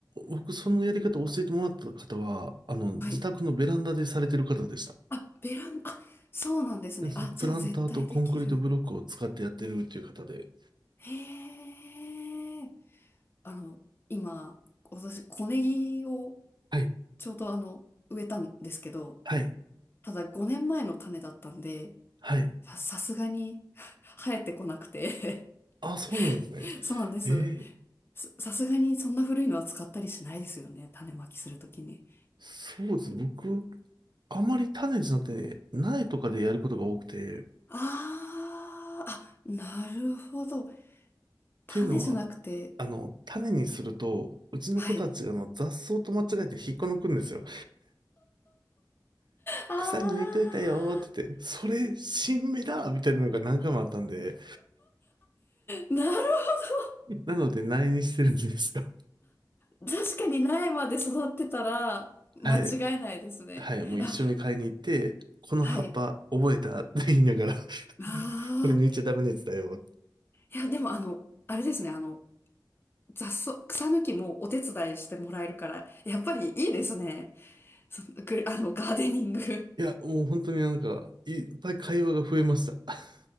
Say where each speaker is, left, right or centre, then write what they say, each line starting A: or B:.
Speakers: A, on the right (about 70°); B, on the left (about 30°).
A: 僕そのやり方を教えてもらった方は、あの、自宅のベランダでされてる方でした。
B: はい。あ、ベランダ、あ、そうなんですね。
A: で、そのプランターとコンクリートブロックを使ってやってるっていう方で。
B: あ、じゃあ絶対できる。へえ。あの、今、私、小ネギを
A: はい。
B: ちょうどあの、植えたんですけど、
A: はい。
B: ただ5年前の種だったんで、
A: はい。
B: さ、さすがに <laughs> 生えてこなくて
A: あ、そうなんですね。
B: <laughs> そうなんです。
A: えー
B: さ、さすがにそんな古いのは使ったりしないですよね。種まきするときに。
A: そうですね。僕、あまり種じゃなくて、苗とかでやることが多くて、っ
B: あー、あ、なるほど。種じゃなくて、
A: ていうのは、あの、種にすると、うちの子たちがあの雑草と間違えて引っこ抜くんですよ。
B: はい。あー
A: 草抜いといたよーって言って、それ、新芽だみたいなのが何回もあったんで、
B: なるほ
A: なので苗にしてるんですよ。
B: ど。確かに苗まで育ってたら間違いないですね。
A: はい。はい。もう一緒に買いに行って、
B: あ、
A: この葉っぱ覚えたって言いながら、
B: はい。ああ、
A: これ抜いちゃダメなやつだよ
B: いや、でもあの、あれですね、あの、雑草、草抜きもお手伝いしてもらえるから、やっぱりいいですね。その、くあの、ガーデニング。
A: いや、もう本当になんか、いっぱい会話が増えました。<laughs>